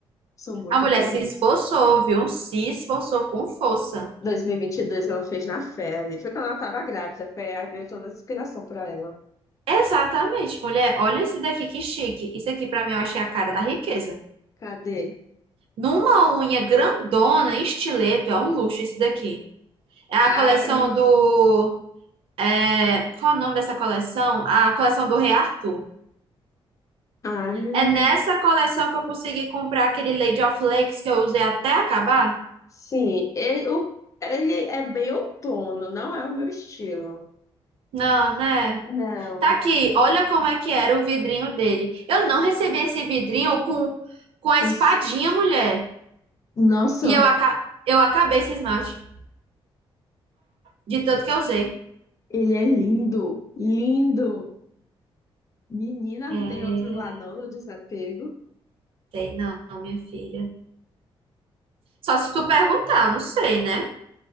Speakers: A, on the left (about 35°); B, on the right (about 70°).
A: são muito
B: A mulher
A: bonitos.
B: se esforçou, viu? Se esforçou com força.
A: 2022 ela fez na pele. Foi quando ela tava grávida. Foi, aí veio toda a inspiração pra ela.
B: Exatamente, mulher. Olha esse daqui que chique. Isso aqui pra mim eu achei a cara da riqueza.
A: Cadê?
B: Numa unha grandona, em estileto, é um luxo esse daqui. É a
A: Ai,
B: coleção do. é, Qual é o nome dessa coleção? A coleção do Rei Arthur.
A: ai,
B: É nessa coleção que eu consegui comprar aquele Lady of Lakes que eu usei até acabar?
A: sim. Ele, o- ele é bem outono, não é o meu estilo.
B: Não, né?
A: Não.
B: Tá aqui. Olha como é que era o vidrinho dele. Eu não recebi esse vidrinho com, com a
A: Nossa,
B: espadinha, mulher.
A: nossa,
B: E eu, aca... eu acabei esse esmalte. De tanto que eu usei.
A: ele é lindo, lindo. Menina,
B: É,
A: não tem outro lá não, no desapego.
B: sei não, minha filha. Só se tu perguntar, eu não sei, né?